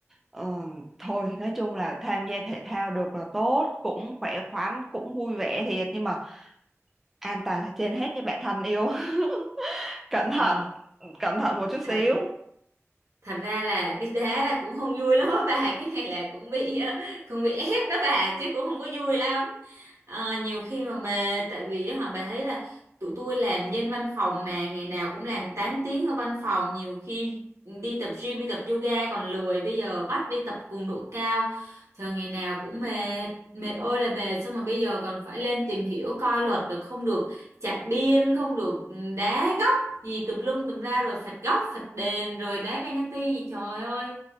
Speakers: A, in the centre; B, on the right.
A: ờ, thôi nói chung là tham gia thể thao được là tốt cũng khỏe khoắn cũng vui vẻ thiệt nhưng mà an toàn là trên hết với bạn thân yêu <laughs> cẩn thận
B: ờ,
A: cẩn thận một chút xíu
B: thật thật ra là đi đá là cũng không vui lắm á bà cái này là cũng bị ờ, cũng bị ép đó bà chứ cũng không có vui lắm Ờ, nhiều khi mà mệt tại vì họ bà thấy là tụi tôi làm nhân văn phòng mà ngày nào cũng làm 8 tiếng ở văn phòng nhiều khi đi tập gym đi tập yoga còn lười bây giờ bắt đi tập cường độ cao trời ngày nào cũng mệt mệt ơi là mệt xong rồi bây giờ còn phải lên tìm hiểu coi luật rồi không được chạy điên không được ừ, đá góc gì tùm lum tùm la rồi phạt góc phạt đền rồi đá penalty gì trời ơi